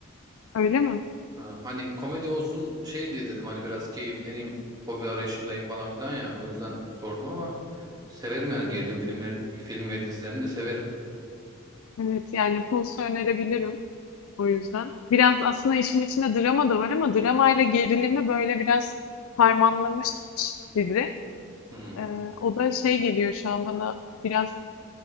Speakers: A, on the left; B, on the right.
A: Öyle mi?
B: Ha, hani komedi olsun şey diye dedim hani biraz keyifleneyim hobi arayışındayım falan filan ya o yüzden sordum ama severim yani gerilim filmlerin film ve dizilerini de severim.
A: Evet, yani Pulse'u önerebilirim. O yüzden. Biraz aslında işin içinde drama da var ama dramayla gerilimi böyle biraz harmanlamış dizi.
B: Hmm,
A: Ee, o da şey geliyor şu an bana biraz